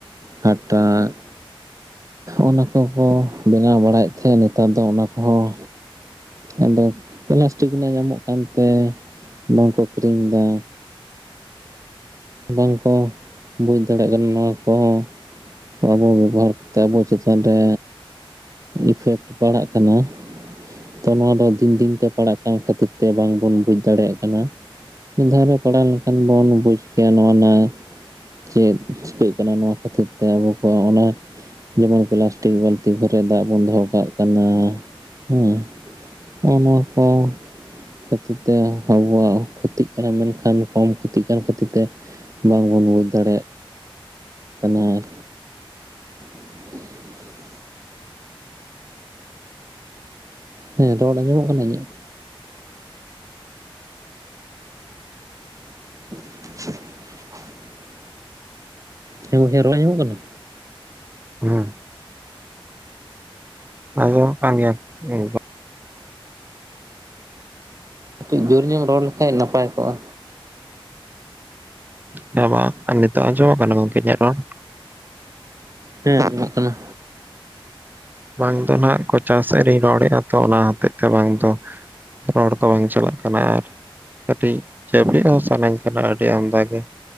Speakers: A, on the right; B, on the right.
A: ᱦᱟᱴᱟᱜ ᱚᱱᱟ ᱠᱚᱠᱚ ᱵᱮᱱᱟᱣ ᱵᱟᱲᱟᱭᱮᱫ ᱛᱟᱦᱮᱸ ᱱᱮᱛᱟᱨ ᱫᱚ ᱚᱱᱟ ᱠᱚᱦᱚᱸ᱾ ᱟᱫᱚ ᱯᱞᱟᱥᱴᱤᱠ ᱨᱮᱱᱟᱜ ᱧᱟᱢᱚᱜ ᱠᱟᱱᱛᱮ ᱵᱟᱝᱠᱚ ᱠᱤᱨᱤᱧ ᱮᱫᱟ᱾ ᱵᱟᱝᱠᱚ ᱵᱩᱡᱽ ᱫᱟᱲᱮᱭᱟᱜ ᱠᱟᱱᱟ ᱱᱚᱣᱟ ᱠᱚᱦᱚᱸ᱾ ᱟᱵᱚ ᱵᱮᱵᱚᱦᱟᱨ ᱠᱟᱛᱮᱫ ᱟᱵᱚ ᱪᱮᱛᱟᱱ ᱨᱮ᱾ ᱤᱯᱷᱮᱠᱴ ᱯᱟᱲᱟᱜ ᱠᱟᱱᱟ᱾ ᱛᱚ ᱱᱚᱣᱟ ᱫᱚ ᱫᱤᱱ ᱫᱤᱱ ᱛᱮ ᱯᱟᱲᱟᱜ ᱠᱟᱱ ᱠᱷᱟᱹᱛᱤᱨ ᱛᱮ ᱵᱟᱝ ᱵᱚᱱ ᱵᱩᱡᱽ ᱫᱟᱲᱮᱭᱟᱜ ᱠᱟᱱᱟ᱾ ᱢᱤᱫ ᱫᱷᱟᱣ ᱨᱮ ᱯᱟᱲᱟᱣ ᱞᱮᱱᱠᱷᱟᱱ ᱵᱚᱱ ᱵᱩᱡᱽ ᱠᱮᱭᱟ ᱱᱚᱣᱟ ᱱᱟᱜ᱾ ᱪᱮᱫ ᱪᱤᱠᱟᱹᱜ ᱠᱟᱱᱟ ᱱᱚᱣᱟ ᱠᱷᱟᱹᱛᱤᱨ ᱛᱮ ᱟᱵᱚ ᱠᱚᱣᱟᱜ ᱚᱱᱟ ᱡᱮᱢᱚᱱ ᱯᱞᱟᱥᱴᱤᱠ ᱵᱟᱞᱛᱤ᱾ ᱫᱟᱜ ᱵᱚᱱ ᱫᱚᱦᱚ ᱠᱟᱜ ᱠᱟᱱᱟ ᱦᱮᱸ ᱦᱚᱜ ᱱᱚᱣᱟ ᱠᱚ᱾ ᱠᱷᱟᱹᱛᱤᱨ ᱛᱮ ᱟᱵᱚᱣᱟᱜ ᱠᱷᱚᱛᱤᱜ ᱠᱟᱱᱟ ᱢᱮᱱᱠᱷᱟᱱ ᱠᱚᱢ ᱠᱷᱚᱛᱤᱜ ᱠᱟᱱ ᱠᱷᱟᱹᱛᱤᱨ ᱛᱮ᱾ ᱵᱟᱝᱵᱚᱱ ᱵᱩᱡᱽ ᱫᱟᱲᱮᱭᱟᱜ᱾ ᱠᱟᱱᱟ ᱟᱨ ᱦ <unintelligible> ᱦᱮᱸ ᱨᱚᱲ ᱟᱸᱡᱚᱢᱚᱜ ᱠᱟᱱᱟ ᱤᱧᱟᱹᱜ? <unintelligible> ᱦᱮᱸ ᱜᱚᱢᱠᱮ ᱨᱚᱲ ᱟᱡᱚᱢᱚᱜ ᱠᱟᱱᱟ?
B: ᱦᱩᱸ᱾ ᱟᱡᱚᱢᱚᱜ ᱠᱟᱱ ᱜᱮᱭᱟ <unintelligible>
A: ᱠᱟᱹᱴᱤᱡ ᱡᱳᱨ ᱧᱚᱜ ᱨᱚᱲ ᱞᱮᱠᱷᱟᱡ ᱱᱟᱯᱟᱭ ᱠᱚᱜᱼᱟ᱾
B: ᱦᱮ ᱵᱟᱝ ᱱᱤᱛᱚᱜ ᱟᱡᱚᱢᱚᱜ ᱠᱟᱱᱟ ᱜᱚᱢᱠᱮ ᱤᱧᱟ. ᱜ ᱨᱚᱲ?
A: ᱦᱮᱸ ᱡᱚᱢᱚᱜ ᱠᱟᱱᱟ᱾
B: ᱵᱟᱝ ᱫᱚ ᱱᱟᱸᱜ ᱠᱚᱪᱟ ᱥᱮᱫ ᱨᱤᱧ ᱨᱚᱲᱮᱜᱼᱟ ᱛᱚ ᱚᱱᱟ ᱦᱚᱛᱮᱡ ᱛᱮ ᱵᱟᱝ ᱫᱚ ᱨᱚᱲ ᱠᱚ ᱵᱟᱝ ᱪᱟᱞᱟᱜ ᱠᱟᱱᱟ, ᱟᱨ ᱠᱟᱹᱴᱤᱡ ᱡᱟᱹᱯᱤᱫ ᱦᱚᱸ ᱥᱟᱱᱟᱧ ᱠᱟᱱᱟ ᱟᱹᱰᱤ ᱟᱢᱫᱟ ᱜᱮ᱾